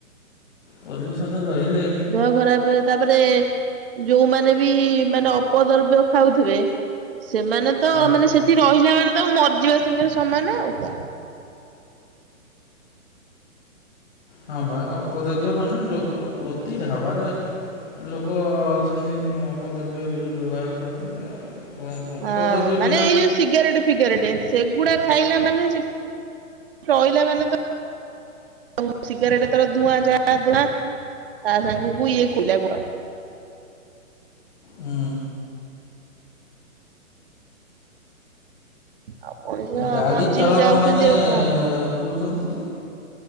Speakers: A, on the left; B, on the right.
A: ପଲ୍ୟୁସନ ରହିଲେ
B: ଦେହ ଖରାପ ତାପରେ ଯୋଉମାନେ ବି ମାନେ ଅପଦ୍ରବ୍ୟ ଖାଉଥିବେ ସେମାନେ
A: ହେଇଯିବ
B: ତ ମାନେ ସେଠି ରହିଲା ମାନେ ତ ମରିଯିବା ସାଙ୍ଗରେ ସମାନେ ଆଉ କଣ
A: ହଁ ବା ଅପଦ୍ରବ୍ୟ ମାନେ ଲୋକ ପ୍ରତି ଢାବାରେ ଲୋକ ଅଛନ୍ତି ଅପଦ୍ରବ୍ୟ ବ୍ୟବହାର କରୁଛନ୍ତି ଆଉ। କଣ ଅପଦ୍ରବ୍ୟ
B: ହଁ
A: ବିନା
B: ମାନେ ଏଇ ଯୋଉ ସିଗାରେଟ ଫିଗାରେଟ। ସେଗୁଡା ଖାଇଲା ମାନେ ଯେ ରହିଲା ମାନେ ତ ଆଉ ସିଗାରେଟ ତର ଧୂଆଁ ଯାହା ଧୁଆଁ ତା ସାଙ୍ଗକୁ ଇଏ କୋଇଲା ଗୁଡ।
A: ହୁଁ।
B: ଆଉ ମଣିଷ
A: ଗାଡି
B: ମରିଜି
A: ଚାଳକ
B: ଯାଉଛନ୍ତି
A: ମାନେ
B: ଆଉ କଣ?
A: ଶୋଉଚନ୍ତି